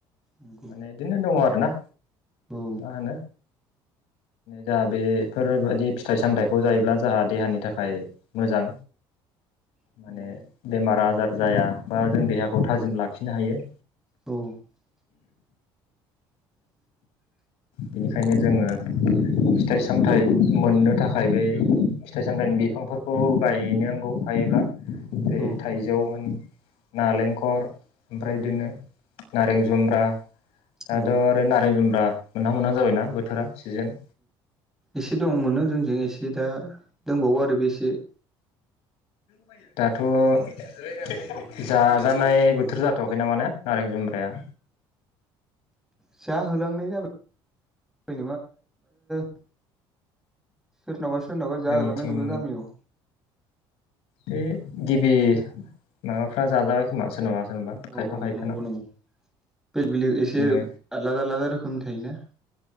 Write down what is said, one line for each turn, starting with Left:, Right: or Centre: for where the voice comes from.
Centre: नंगौ
Left: माने बिदिनो दङ आरोना
Centre: औ
Left: मा होनो जाहा बेफोरबायदि फिथाइ सामथाइखौ जायोब्ला जोंहा देहानि थाखाय मोजां
Centre: नंगौ
Left: माने बेमार आजार जाया बा जों देहाखौ थाजिम लाखिनो हायो
Centre: औ <inaudible>
Left: बेनिखायनो जोङो फिथाइ सामथाइ मोननो थाखाय बै फिथाइ सामथाइनि बिफांफोरखौ गायनोनांगौ हायोब्ला
Centre: औ
Left: थाइजौ होन नालेंखर ओमफ्राय
Centre: उम
Left: बिदिनो नारें जुमब्रा
Centre: औ
Left: दाथ'
Centre: औ
Left: ओरै नारें जुम्ब्रा मोनहां मोनहां जाबायना बोथोरा सिजोन
Centre: एसे दं मोनो जोंजों एसे दा दंबावो आरो बे एसे <inaudible>
Left: बायो दाथ' जाजानाय बोथोर जाथ'वाखै नामाने नारें जुम्ब्राया
Centre: जाहोलांनाय जाबाय <unintelligible> सोरनावबा सोरनाबा जाहोहोलांनाय
Left: जोंनिथिं
Centre: नुबाय गामियाव
Left: बे गिबि माबाफ्रा जाजाबाय सोरबा सोरनबा सोरबा
Centre: औ
Left: खायफा
Centre: औ
Left: खायफा
Centre: नंगौ नंगौ बेलेग बेलेग
Left: बिदिनो
Centre: एसे आलादा आलादा रोखोमनि थायो ना